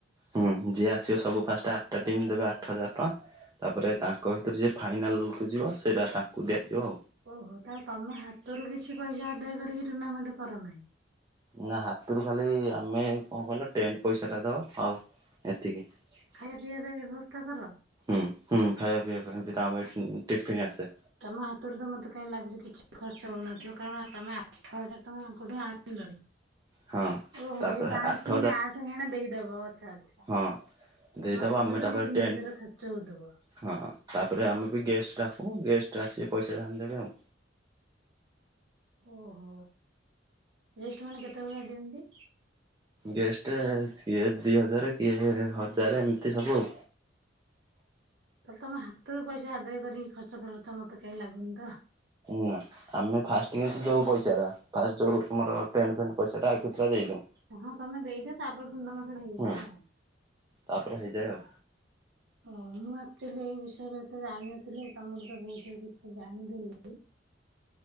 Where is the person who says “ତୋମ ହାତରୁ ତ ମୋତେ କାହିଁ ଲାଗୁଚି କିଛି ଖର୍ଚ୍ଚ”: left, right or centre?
Right